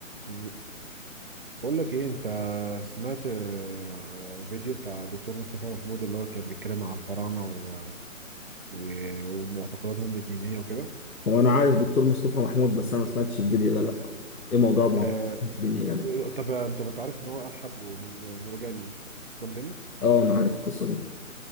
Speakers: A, on the right; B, on the left.
A: بقول لك ايه انت سمعت آه، فيديو بتاع دكتور مصطفى محمود اللي هو كان بيتكلم على الفراعنه و... و... ومعتقداتهم الدينيه وكده
B: هو انا عارف دكتور مصطفى محمود بس انا ما سمعتش الفيديو ده لا ايه موضوع المعتقدات
A: آه...
B: الدينيه ده
A: طب طب انت عارف ان هو الحد ورجع الاسلام تاني
B: اه انا عارف القصه دي